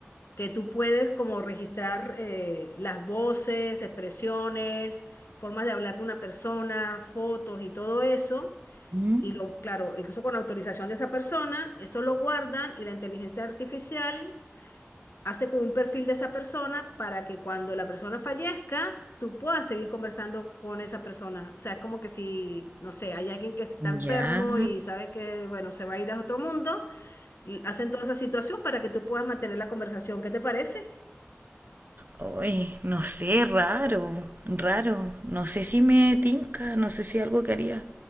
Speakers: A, on the left; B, on the right.
A: que tú puedes como registrar eh, las voces, expresiones, formas de hablar de una persona, fotos y todo eso.
B: Mm.
A: Y lo, claro, incluso con autorización de esa persona, eso lo guardan y la inteligencia artificial hace como un perfil de esa persona para que cuando la persona fallezca, tú puedas seguir conversando con esa persona. O sea, es como que si, no sé, hay alguien que está enfermo
B: Ya.
A: y sabe que, bueno, se va a ir a otro mundo, l- hacen toda esa situación para que tú puedas mantener la conversación. ¿Qué te parece?
B: Oye, no sé, raro, raro. No sé si me tinca, no sé si algo que haría.